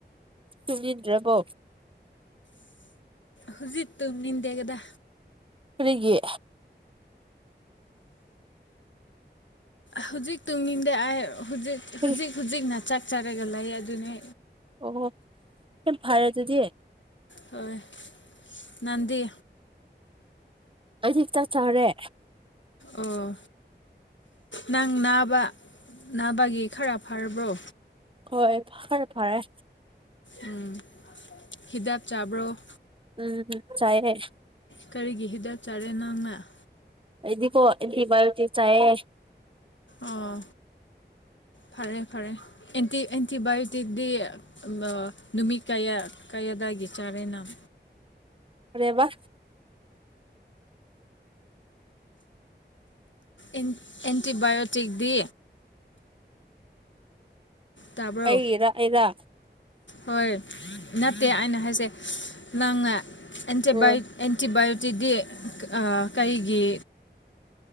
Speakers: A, on the right (about 30°); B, on the left (about 85°).
A: ꯇꯨꯝꯅꯤꯟꯗ꯭ꯔꯕꯣ
B: ꯍꯧꯖꯤꯛ ꯇꯨꯝꯅꯤꯡꯗꯦꯒꯗ
A: ꯀꯔꯤꯒꯤ
B: ꯍꯧꯖꯤꯛ ꯇꯨꯡꯅꯤꯡꯗ ꯑꯩ ꯍꯧꯖꯤꯛ
A: ꯀꯔꯤ
B: ꯍꯧꯖꯤꯛ ꯍꯧꯖꯤꯛꯅ ꯆꯥꯛ ꯆꯥꯔꯒ ꯂꯩ ꯑꯗꯨꯅꯦ
A: ꯑꯣꯍꯣ ꯌꯥꯝ ꯐꯔꯦ ꯑꯗꯨꯗꯤ
B: ꯍꯣꯏ ꯅꯪꯗꯤ
A: ꯑꯩꯗꯤ ꯆꯥꯛ ꯆꯥꯔꯦ
B: ꯑꯣ ꯅꯪ ꯅꯥꯕ ꯅꯥꯕꯒꯤ ꯈꯔ ꯐꯔꯕ꯭ꯔꯣ
A: ꯍꯣꯏ ꯐꯔꯦ ꯐꯔꯦ
B: ꯎꯝ ꯍꯤꯗꯥꯛ ꯆꯥꯕ꯭ꯔꯣ
A: ꯎꯝ ꯆꯥꯏꯌꯦ
B: ꯀꯔꯤꯒꯤ ꯍꯤꯗꯥꯛ ꯆꯥꯔꯦ ꯅꯪꯅ
A: ꯑꯩꯗꯤꯀꯣ ꯑꯦꯟꯇꯤ ꯕꯥꯌꯣꯇꯤꯛ ꯆꯥꯏꯌꯦ
B: ꯑꯣ ꯐꯔꯦ ꯐꯔꯦ ꯑꯦꯟꯇꯤ ꯑꯦꯟꯇꯤꯕꯥꯏꯌꯨꯁ ꯇꯤꯛꯗꯤ ꯑꯃ ꯅꯨꯃꯤꯠ ꯀꯌꯥ ꯀꯌꯥꯗꯒꯤ ꯆꯥꯔꯦ ꯅꯪ
A: ꯀꯔꯤ ꯍꯥꯏꯕ
B: ꯏꯟ ꯑꯦꯟꯇꯤꯕꯥꯏꯌꯣꯇꯤꯛꯗꯤ ꯇꯥꯕ꯭ꯔꯣ
A: ꯑꯩꯒꯤꯔ ꯑꯩꯔ
B: ꯍꯣꯏ ꯅꯠꯇꯦ ꯑꯩꯅ ꯍꯥꯏꯁꯦ ꯅꯪꯅ ꯑꯦꯟꯇꯤꯕꯥꯏꯠ
A: ꯎꯝ
B: ꯑꯦꯟꯇꯤꯕꯥꯏꯌꯣꯇꯤꯛꯇꯤ ꯑꯥ ꯀꯩꯒꯤ